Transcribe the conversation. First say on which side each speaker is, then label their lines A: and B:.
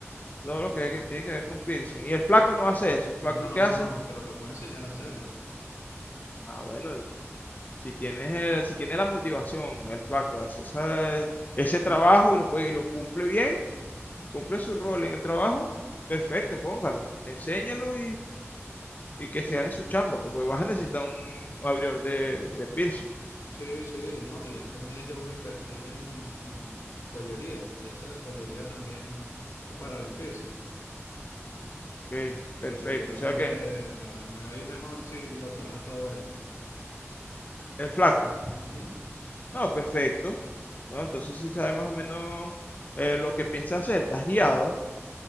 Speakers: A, on the left (about 35°); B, on the left (about 80°).
A: Todo lo que, que tiene que ver con piercing. Y el flaco no hace eso. ¿El flaco
B: No,
A: qué
B: no,
A: hace?
B: no, pero lo puedo enseñar a hacerlo.
A: Ah, bueno, Si tienes el- si tiene la motivación, el flaco, de hacer esa- ese trabajo y lo, puede, y lo cumple bien, cumple su rol en el trabajo, perfecto, póngalo, enséñalo y, y que se gane su chamba, porque vas a necesitar un abridor de, de piercing.
B: Sí, sí, no, y este mes yo voy a invertir en, en joyería, en piezas de joyería también que para los piercing.
A: Ok,
B: Y
A: perfecto.
B: seguramente
A: O sea que
B: me va, me va a ir mejor si lo trabaja todo él.
A: el flaco,
B: Ujú.
A: no, perfecto. No, entonces sí sabes más o menos eh, lo que piensas hacer, estás guiado.